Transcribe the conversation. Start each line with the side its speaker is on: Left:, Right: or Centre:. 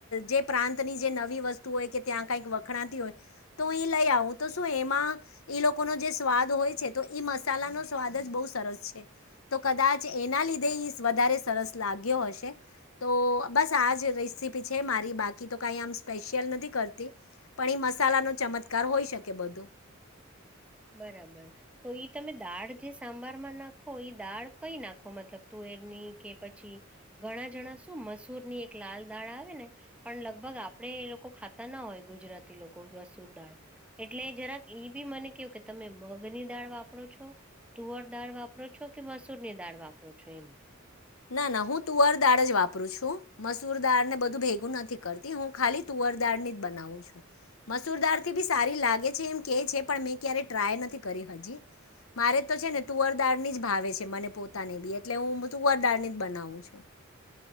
Left: જે પ્રાંતની જે નવીત વસ્તુ હોય કે ત્યાં કઈક વખણાતી હોય તો એ લઈ આવું તો શું એમાં એ લોકો ન જે સ્વાદ હોય છે તો એ મસાલા ન સ્વાદ જ બહ સરસ છે તો કદાચ એના લીધે વધારે સરસ લાગ હશે તો બસ આ જ રેસીપી છે મારી બાકી તો કઈ આમ સ્પેશિયલ નથી કરતી પણ એ મસાલા નો ચમત્કાર હોય શકે બધો
Centre: <inaudible> <inaudible> બરાબર તો ઈ તમે દાળ જે સાંભારમાં નાખો ઈ દાળ કઈ નાખો મતલબ ત ની કે પછી ઘણા જણા શું મસૂર ની એક લાલ દાળ આવે ને પણ લગભગ આપડે એ લોકો ખાતા ના હોય ગુજરાતી લોકો વસુર દાળ એટલે જરાક એ બી મને કે કે તમે મગ ની દાળ વાપરો છો તુવર દાળ વાપરો છો કે મસૂર ની દાળ વાપરો છો હમ્મ
Left: ના ના હું તુઅર દાળ જ વાપરું છું મસૂર દાળ ને બધું ભેગું નથી કરતી હું ખાલી તુર તુંવરદાડ ની જ બનાવું છું મસૂરદાર થી બી સારી લાગે છે એમ કે છે પણ મેં ક્યારે ટ્રાય નથી કરી હજી મારે તો છે ને તુવરદાાર ની જ ભાવે છે મને પોતાને બી એટલે હું ઉવા દાની બનાવું છું